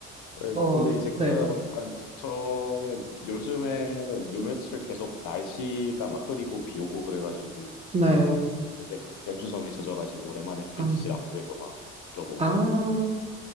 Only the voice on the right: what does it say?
어,
네,
네.
아,
아,